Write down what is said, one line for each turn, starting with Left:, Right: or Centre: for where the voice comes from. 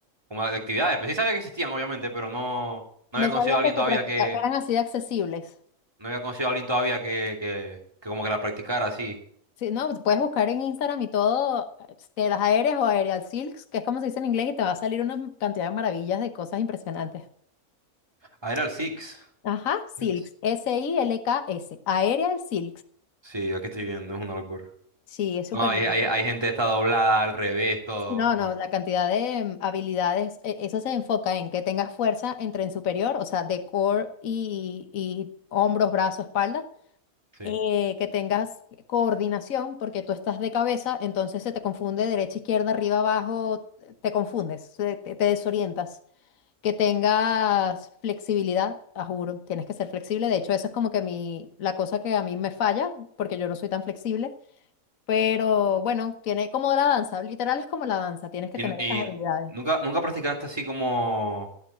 Right: como de actividades. Pues sí sabía que existían, obviamente, pero no, no
Left: no
Right: había conocido
Left: sabía
Right: a alguien
Left: que se
Right: todavía
Left: practica-
Right: que,
Left: que eran así de accesibles.
Right: no había conocido a alguien todavía que, que, que como que la practicara así.
Left: Sí, no, puedes buscar en Instagram y todo, este, las aéreas o aerial silks, que es como se dice en inglés, y te va a salir una cantidad de maravillas de cosas impresionantes.
Right: Ah, era el Six.
Left: Ajá, silks,
Right: Six.
Left: S-I-L-K-S, aerial silks.
Right: Sí, aquí estoy viendo, es una locura. <laughs>
Left: Sí, es súper
Right: No, hay,
Left: lindo.
Right: hay, hay gente que está doblada al revés, todo,
Left: Sí, No,
Right: ¿no?
Left: no, la cantidad de mm, habilidades, e- eso se enfoca en que tengas fuerza en tren superior, o sea, de core y, y hombros, brazo, espalda,
Right: Sí.
Left: eh, que tengas coordinación, porque tú estás de cabeza, entonces se te confunde derecha, izquierda, arriba, abajo, te confundes, se- te, te desorientas, que tengas flexibilidad, a juro, tienes que ser flexible, de hecho, eso es como que mi, la cosa que a mí me falla, porque yo no soy tan flexible pero bueno, tiene como la danza, literal es como la danza, tienes que
Right: ¿Y,
Left: tener esas
Right: y
Left: habilidades.
Right: nunca, nunca practicaste así como